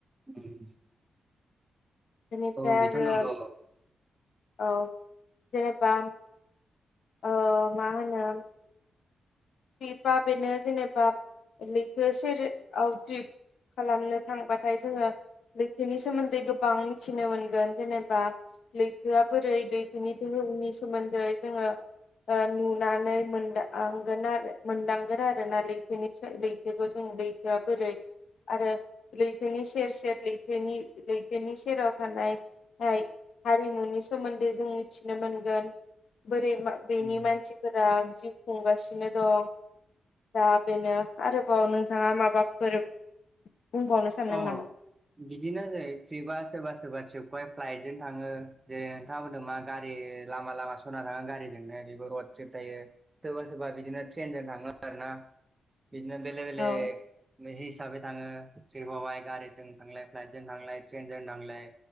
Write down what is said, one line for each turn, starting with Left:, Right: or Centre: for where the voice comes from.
Right: द <inaudible>
Left: बेनिफ्राय
Right: औ बेथ'
Left: आरो
Right: नंगौ
Left: औ जेनेबा ओ मा होनो ट्रिपा बेनो जेनेबा बेखौ सेराव ट्रिप खालामनो थांबाथाय जोङो लैथोनि सोमोन्दै गोबां मिथिनो मोनगोन जेनेबा लैथोआ बोरै लैथोनि दोहौनि सोमोन्दै जोङो नुनानै मोनदांगोन आरो मोनदांगोन आरो ना लैथोनि लैथोखौ जों लैथोआ बोरै आरो लैथोनि सेर सेर लैथोनि लैथोनि सेराव थानाय ओमफ्राय हारिमुनि सोमोन्दै जों मिथिनो मोनगोन बोरै मा बेनि
Right: उम
Left: मानसिफोरा जिउ खुंगासिनो दं दा बेनो आरोबाव नोंथाङा माबाफोर बुंबावनो सानदों
Right: अ
Left: नामा?
Right: बिदिनो जेरै ट्रिपा सोरबा सोरबा ट्रिपखौहाय फ्लाइटजों थाङो जेरै नोंथाङा बुंदों मा गारि लामा लामा सना थाङो गारिजोंनो बेबो रड ट्रिप थायो <unintelligible> सोरबा सोरबा बिदिनो ट्रेनजों थाङो आरो ना बिदिनो बेलेक बेलेक
Left: औ
Right: बिदि हिसाबै थाङो सोरबा हाय गारिजों थांलाय फ्लाइटजों थांलाय ट्रेनजों थांलाय